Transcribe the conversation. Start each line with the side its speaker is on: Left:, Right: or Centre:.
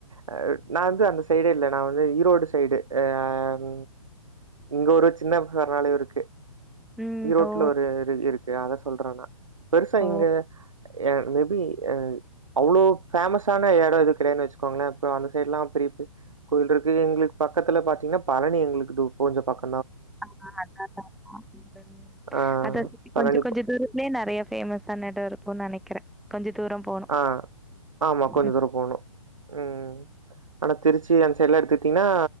Right: ஆ நா வந்து அந்த சைடே இல்ல நா வந்து ஈரோடு சைடு ஆம் இங்க ஒருச் சின்ன சர்ணாலயு இருக்கு
Centre: ம்
Right: ஈரோட்ல
Centre: ஓ
Right: ஒரு இது இருக்கு அத சொல்றனா பெருசா
Centre: ஓ
Right: இங்க ய மேபி அ அவ்ளோ ஃபேமஸான எடோ இருக்குறேன் வச்சுக்கோங்ளே அப்புறோ அந்த சைட்லா பெரிய பெ கோய்ல்டிருக்கு எங்ளுக் பக் பக்கத்துல பாத்தீங்ன்னா பழனி எங்ளுக்கு தூ கொஞ்சோ பக்
Centre: ஆஹ் அத அத அதா
Right: ஆ
Centre: அது அதுக்கு
Right: பழனி
Centre: கொஞ்ச கொஞ்ச
Right: போ
Centre: தூரத்துலே நெறைய ஃபேமஸ் சான எடோ இருக்கு நெனைக்கிற கொஞ்ச தூரம் போணு
Right: ஆஹ் ஆமா கொஞ்ச
Centre: ம்
Right: தூரோ போணு உம் ஆனா திருச்சி அந் சைட்ல எடுத்துட்டீங்ன்னா